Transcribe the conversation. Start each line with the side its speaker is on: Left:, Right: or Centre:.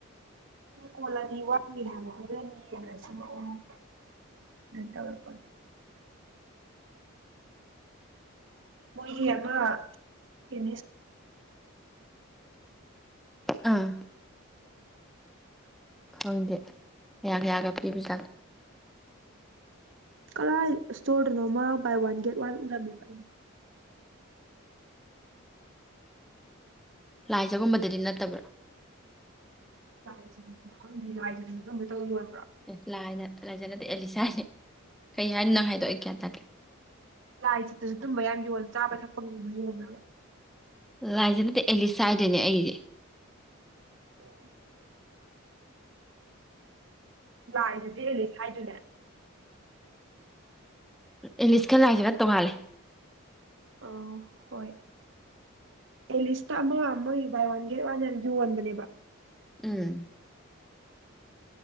Right: ꯀꯣꯂ ꯑꯅꯤ ꯋꯥꯠꯂꯤ ꯍꯥꯏ ꯑꯣ ꯦꯟ <unintelligible> ꯇꯧꯔꯛꯄꯅꯦ
Centre: <unintelligible>
Right: ꯃꯣꯏꯒꯤ ꯑꯃ ꯀꯦꯃꯤꯁ
Centre: ꯍꯝ <unintelligible> ꯑꯥ ꯈꯪꯗꯦ ꯌꯥ ꯌꯥꯒ <unintelligible> ꯄꯤꯕ <unintelligible> ꯆꯥ <unintelligible>
Right: ꯀꯔꯥꯏ ꯁꯇꯣꯔꯗꯅꯣꯝꯃ ꯕꯥꯏ ꯋꯥꯟ ꯒꯦꯠ ꯋꯥꯟ ꯎꯔꯝꯃꯦꯕ
Centre: ꯂꯥꯏꯖꯒꯨꯝꯕꯗꯗꯤ ꯅꯠꯇꯕ꯭ꯔꯣ
Right: ꯂꯥꯏꯖ <unintelligible> ꯈꯪꯗꯤ ꯂꯥꯏ ꯖꯗꯨ ꯑꯗꯨꯝꯕꯩꯇꯪ ꯌꯣꯟꯕꯔꯣ
Centre: ꯑꯦ ꯂꯥꯏ ꯂꯥꯏꯖꯠ ꯅꯠꯇꯦ ꯑꯦꯂꯤꯁꯥꯅꯦ ꯀꯩ ꯍꯥꯏꯅꯤ ꯅꯪ ꯍꯥꯏꯗꯣꯛ ꯑꯩ ꯀꯌꯥ ꯇꯦ
Right: ꯂꯥꯏ ꯆꯠꯇꯁꯨ ꯇꯨꯝꯕ ꯌꯥꯝ ꯌꯣꯜ <unintelligible> ꯆꯥꯕ ꯊꯛꯄꯒꯤꯒꯨꯝꯕ ꯌꯣꯟꯕꯔ꯭ꯕ
Centre: ꯔꯥꯏꯖ ꯅꯠꯇꯦ ꯑꯦꯂꯤꯁ ꯍꯥꯏꯗꯅꯦ ꯑꯩꯁꯦ
Right: ꯑꯣ ꯂꯥꯏꯖꯗꯤ ꯑꯦꯂꯤꯁ ꯍꯥꯏꯗꯨꯅꯦ
Centre: ꯑꯦꯂꯤꯁ ꯀ ꯂꯥꯏꯖꯒ ꯇꯣꯡꯉꯥꯜꯂꯦ
Right: ꯑ ꯍꯣꯏ ꯑꯦ ꯂꯤꯁ ꯇ ꯑꯃ ꯃꯣꯏ ꯕꯥꯏ ꯋꯥꯟ ꯒꯦꯠ ꯋꯥꯟ ꯌꯥꯝ ꯌꯣꯟꯕꯅꯦꯕ
Centre: ꯎꯝ